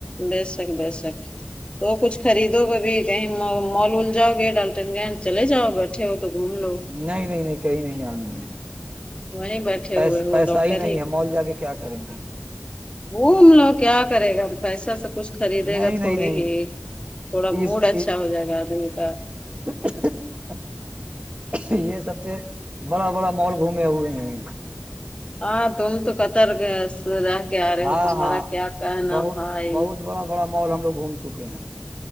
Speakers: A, on the left (about 25°); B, on the right (about 40°).
A: بےسک بیےسک تو کچھ خریدو ببھی کہیں مال وول جاؤ گے ڈالٹن گ چلے جاؤ بیٹھے ہو تو گھوم لو
B: نہیں نہیں نہیں کہیں نہیں جانیں
A: وہیں بیٹھے
B: پس
A: ہوئے ہو
B: پیسہ
A: ڈاکٹر
B: ہی نہیں ہے مال جا کے کیا کریں گے
A: وہوم لوگ کیا کرے گا ہم پ ایسا سب کچھ خریدے
B: نہیں
A: گا تھوڑی
B: نہیں نہیں
A: ہی تھوڑا
B: اس
A: موڈ اچھا ہو جائے گا آدمی کا
B: <inaudible> یہ سب سے بڑا بڑا مال گھومے ہوئے ہیں <unintelligible>
A: ہاں تم تو قطر گئے رہ کے آ رہے
B: ہاں
A: ہو تمہارا
B: ہاں
A: کیا کہنا
B: بہت
A: بھائی
B: بہت بڑا بڑا مال ہم لوگ گھوم چکے ہیں <unintelligible>